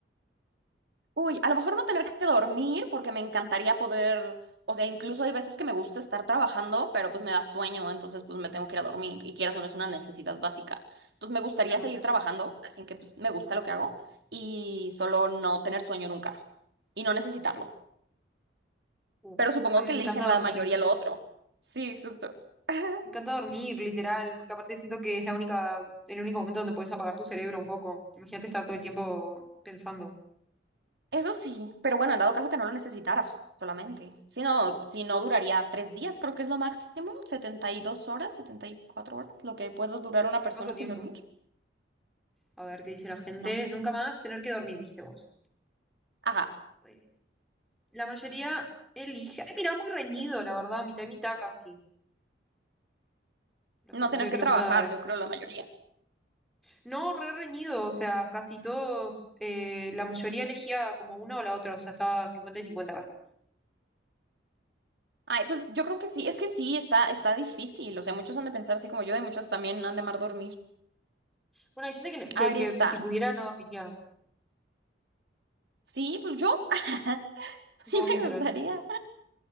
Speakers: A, on the right; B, in the centre.
A: Uy, a lo mejor no tener que dormir porque me encantaría poder, o sea, incluso hay veces que me gusta estar trabajando, pero pues me da sueño, entonces pues me tengo que ir a dormir y quieras o no es una necesidad básica. Entonces me gustaría
B: Claro.
A: seguir trabajando, al fin que pues me gusta lo que hago y solo no tener sueño nunca y no necesitarlo.
B: Uf,
A: Pero supongo
B: a mí
A: que
B: me
A: eligen
B: encanta
A: la
B: dormir.
A: mayoría lo otro. Sí, justo. <laughs>
B: Me encanta dormir, literal, porque aparte siento que es la única, el único momento donde puedes apagar tu cerebro un poco. Imagínate estar todo el tiempo pensando.
A: Eso sí, pero bueno, en dado caso que no lo necesitaras solamente. Si no, si no duraría tres días, creo que es lo máximo, 72 horas, 74 horas, lo que puede durar una
B: ¿De
A: persona
B: cuánto tiempo?
A: sin dormir.
B: A ver qué dice la gente.
A: No.
B: Nunca más tener que dormir, dijiste vos.
A: Ajá,
B: Eh, La mayoría elige. Ay, mira, muy reñido, la verdad, mitad y mitad casi. La
A: no
B: gente
A: tener
B: se ve
A: que
B: que le
A: trabajar,
B: gusta.
A: yo creo la mayoría.
B: No, re reñido, o sea, casi todos, eh, la mayoría elegía como una o la otra, o sea, estaba 50 y 50 casi.
A: Ay, pues yo creo que sí, es que sí, está, está difícil. O sea, muchos han de pensar así como yo y muchos también han de amar dormir.
B: Bueno, hay gente que, no- que,
A: A ver,
B: que
A: está.
B: si pudiera no dormiría.
A: Sí, pues yo. <laughs>
B: Vos,
A: Sí me
B: literal.
A: gustaría.